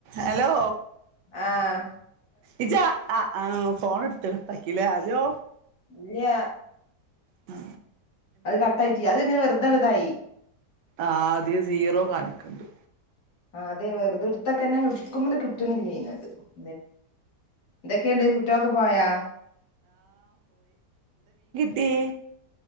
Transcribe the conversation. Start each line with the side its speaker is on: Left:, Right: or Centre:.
Right: ഹലോ
Left: ആഹ്
Right: ഇജ്ജ് ആ ഫോൺ കട്ടക്കിലേ ആജോ
Left: ഇല്ലയ
Right: ആ
Left: അത് കട്ടായിട്ട അത്ങ്ങനെ വ തതായി
Right: ആ അധി സീറോ കണിക്കണ്ട്
Left: ആ അതെ വെറത ത്തൊക്കെ ന്നെ എക്കു <unintelligible> എന്തൊക്കെയുണ്ട് കുറ്റമൊക്കെ പോയാ
Right: തിയ്യ്